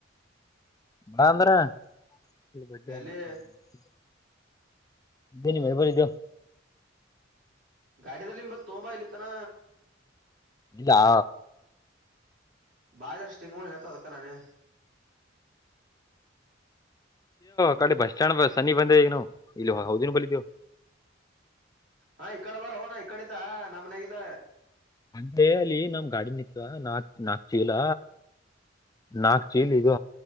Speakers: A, on the left; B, on the right.
A: ಬ ಅಂದ್ರ <unintelligible>
B: ಎಲ್ಲಿ
A: ಬನ ಭ ಬರಿ ದ <inaudible>
B: ಗಾಡಿದಲ್ಲಿ ನಿಂಬಲ್ ತೋಂಬಾ ಇಲ್ಲಿತ್ತನ
A: ಇಲ್ಲಾ
B: ಬಾಜಾರಷ್ಟುಟಿಂಗ ಹೇಳ್ತಾವ ಅಕ್ಕ ನಾನನೆ
A: ಕಡೆ ಬಸ್ ಸ್ಟ್ಯಾಂಡ್ ಬ ಸನ್ನಿ ಬಂದೆ ಈಗ ನಾವು ಇಲ್ಲಿ ಹೌದನ್ ಬಲಿದೇವು
B: ಹ ಈಕಡೆ ಬರ ಹೋಣ ಇಕಡೆದ್ದ ನಮ್ಮನೆಗಲ್ಲ
A: ಅಂದೆ ಅಲ್ಲಿ ನಮ ಗಾಡಿ ನೀಚಲ್ ನಾಕ್ ನಾಕ್ ಚೀಲ ನಾಕ್ ಚೀಲ್ ಇದು